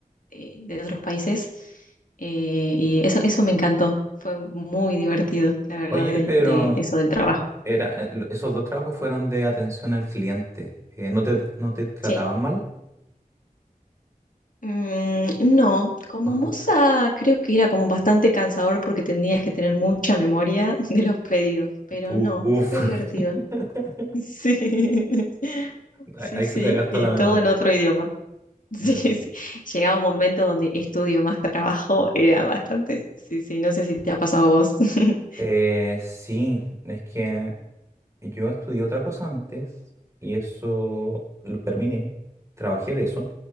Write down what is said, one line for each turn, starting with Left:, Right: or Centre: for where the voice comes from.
Left: eh, de otros países. eh, y eso, eso me encantó. Fue muy divertido, la verdad,
Right: Oye,
Left: del-
Right: pero
Left: de eso del trabajo.
Right: era, eh, lo- esos dos trabajos fueron de atención al cliente. Eh, ¿no te, no te trataban
Left: Sí.
Right: mal?
Left: Mm, no, como
Right: <laughs>
Left: moza creo que era como bastante cansador porque tenías que tener mucha memoria <laughs> de los pedidos, pero
Right: U-
Left: no,
Right: Uf.
Left: fue divertido.
Right: <laughs>
Left: Sí, <laughs>
Right: Ahí
Left: sí,
Right: ahí
Left: sí,
Right: se te gastó
Left: y
Right: la memoria.
Left: todo en otro idioma. <laughs> Sí,
Right: Mira tú.
Left: sí. Llegaba un momento donde estudio más trabajo, era bastante. Sí, sí, no sé si te ha pasado a vos. <laughs>
Right: Eh, sí, es que Yo estudié otra cosa antes y eso lo terminé, trabajé de eso,